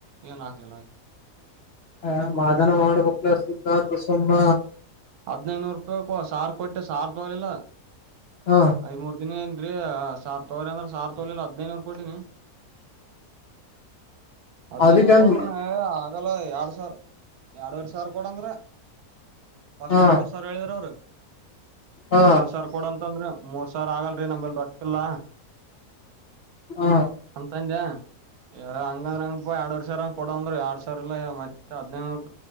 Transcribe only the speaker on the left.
ಹ ಮಾದನ ಮಾಡ್ಬೇಕಕ್ಲ ಸುಮ್ನ
ಹ
ಅದಕ್ಕಂದ
ಹ
ಹ
ಹ